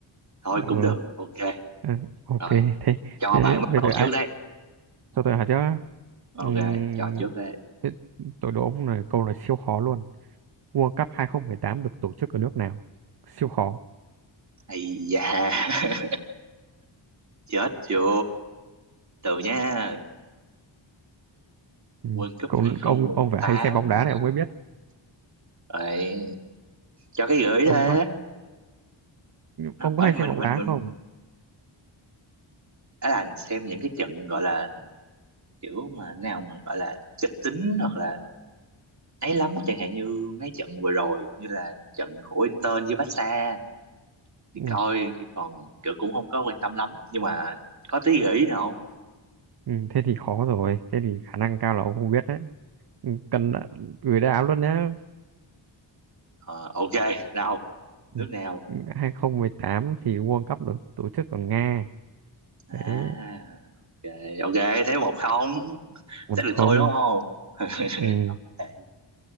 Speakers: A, on the right (about 35°); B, on the right (about 50°).
A: Thôi
B: ừ,
A: cũng được. Ok.
B: ừ, ok
A: Rồi,
B: thế
A: cho
B: thế
A: bạn bắt
B: bây giờ
A: đầu trước
B: ai
A: đấy.
B: cho tôi hỏi chứ
A: Ok,
B: Ừm,
A: cho trước đấy.
B: thế tôi đố ông này câu này siêu khó luôn World Cup 2018 được tổ chức ở nước nào siêu khó
A: Ây da, <laughs> chết chưa? Từ nha.
B: Ừm,
A: World Cup
B: câu,
A: 2018
B: ông ông phải hay xem bóng đá
A: mà.
B: này ông mới biết
A: Rồi, cho cái gửi
B: ông
A: đấy.
B: có
A: Nó-
B: ông
A: Ở
B: có hay xem
A: mình
B: bóng
A: mình
B: đá
A: mình
B: không
A: ở là xem những cái trận gọi là kiểu mà nào mà gọi là kịch tính hoặc là ấy lắm chẳng hạn như mấy trận vừa rồi như là trận của Inter với Barca thì
B: Ui,
A: coi chứ còn kiểu cũng không có quan tâm lắm nhưng mà có tí gợi ý nào không
B: ừ, thế thì khó rồi thế thì khả năng cao là ông không biết đấy Ừ, cần đã- gửi đáp án luôn nhé
A: Ờ, ok nào nước
B: Ừ.
A: nào
B: hai không một tám thì World Cup được tổ chức ở Nga
A: à
B: đấy
A: ok ok thế một không <laughs>
B: một
A: thế được
B: không
A: tôi đúng không <laughs>
B: ừ.
A: không vậy